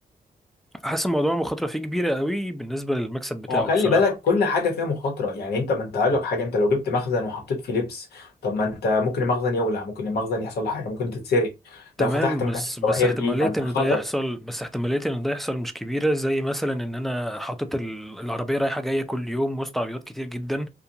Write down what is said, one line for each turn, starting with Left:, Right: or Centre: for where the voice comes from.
Centre: حاسس الموضوع مخاطرة فيه كبيرة قوي بالنسبة للمكسب بتاعه
Left: هو خلي
Centre: بصراحة
Left: بالك كل حاجة فيها مخاطرة يعني انت ما انت هقول لك حاجة انت لو جبت مخزن وحطيت فيه لبس طب ما انت ممكن المخزن يولع ممكن المخزن يحصل له حاجة ممكن تتسرق لو
Centre: تمام
Left: فتحت محل
Centre: بس بس
Left: جواهرجي
Centre: احتمالية
Left: ما انت
Centre: ان
Left: خطر
Centre: ده يحصل بس احتمالية ان ده يحصل مش كبيرة زي مثلا ان انا حاطط ال- العربية رايحة جاية كل يوم وسط عربيات كتير جدا